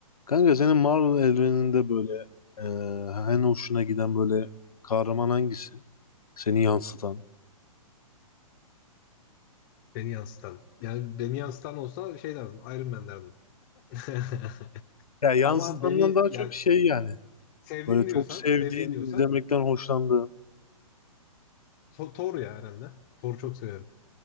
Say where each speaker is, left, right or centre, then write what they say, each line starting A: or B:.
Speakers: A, on the left; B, on the left.
A: Kanka senin Marvel evreninde böyle eee en hoşuna giden böyle kahraman hangisi? Seni yansıtan.
B: Beni yansıtan. Yani beni yansıtan olsa şey derdim. Iron Man derdim. <laughs>
A: Ya yansıtandan
B: Ama beni
A: daha
B: yani
A: çok şey yani.
B: sevdiğin
A: Böyle çok
B: diyorsan,
A: sevdiğin,
B: sevdiğin diyorsan
A: izlemekten hoşlandığın.
B: To- Thor ya herhalde. Thor'u çok seviyorum.